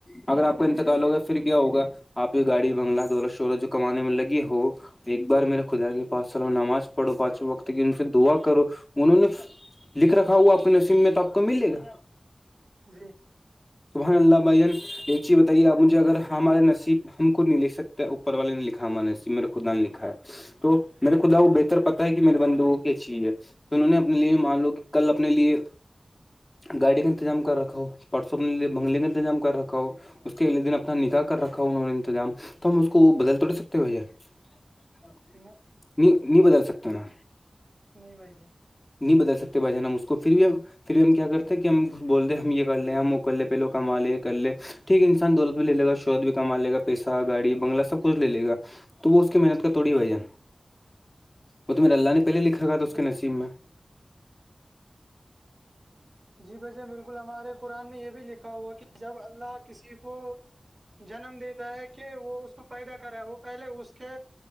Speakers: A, on the left; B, on the right.
A: اگر آپ کا انتقال ہوگا پھر کیایا ہوگا آپ یہ گاڑی بنگلہ والا شعرت جو کمانے میں لگ ہو ایک بار میرے خدا کے پانچ سالوں میں نماز پڑھو پانچووں وقت ان سے دا کرو انہوں نے لکھ رکھا ہوا اپنے نصب میں تو آپ کو ملے گا
B: جی
A: سبحان اللہ بھائین یہ چیز بتائیے آپ مجھے اگر ہمار نیب ہم خود نہیں لکھ سکتے ہیں اوپر والے نہیں لکھا ہمارے نصیب میرا خود ن نے لکھا ہے تو میرے خدا وہ بہتر پتا ہے کہ میرے بندو وہ کی چاہیے تو انہوں نے اپنے لیے مان لو کہ کل اپنے لیے گاڑی کا انتظام کر رکھا پڑ سبے بنگلے کے انتظام کر رکھا ہو اس کے اگلے دن اپنا نکح کر رکھا انہوں نے انتظام تو ہم اس کو بدل توڑ سکتے ہیں بھیا ہاں
B: ہاں
A: نہیں نہیں بدل سکتے نا
B: نہیں بھائی
A: نہیں بدل سکتے با جان ہم اس کو پھر بھی ہم پھر بھی ہم کیا کرتے ہیں کہ ہم بول د ہیں ہم یہ کر لیں ہیں ہم کلے پہلوں کا مالک کر لے ٹھیک انسان دولت بھی لے ل گا شورت بھی کما لے گا پیسہ گاڑی بنگلہ سب کچھ لے گا تو وہ اس کی محنت کا توڑی بھائی جان وہ تو میرے اللہ نے پہلے لکھا تھا اس کے نصیب میں
B: جی بھ جان بالکل ہمارے قرآن میں یہ بھی لکھا ہوا کہ جب اللہ کسی کو جنم دیتا ہے کہ وہ اس کو پیدا کرا ہے وہ پہلے اس کے